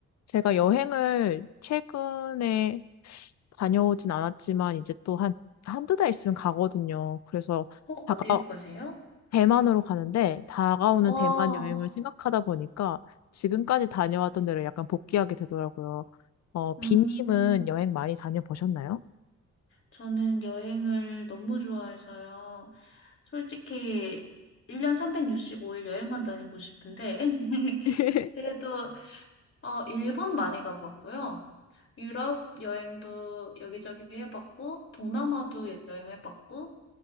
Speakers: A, on the left; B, on the left.
A: 제가 여행을 최근에 다녀오진 않았지만 이제 또 한, 한두 달 있으면 가거든요. 그래서
B: 어,
A: 다가,
B: 어디로 가세요?
A: 대만으로 가는데 다가오는
B: 와,
A: 대만 여행을 생각하다 보니까 지금까지 다녀왔던 데를 약간 복귀하게 되더라고요. 어, 비님은
B: 음,
A: 여행 많이 다녀보셨나요?
B: 저는 여행을 너무 좋아해서요. 솔직히 1년 365일 여행만 다니고 싶은데, <laughs>
A: <laughs>
B: 그래도, 어, 일본 많이 가봤고요. 유럽 여행도 여기저기 해봤고, 동남아도 여행해봤고,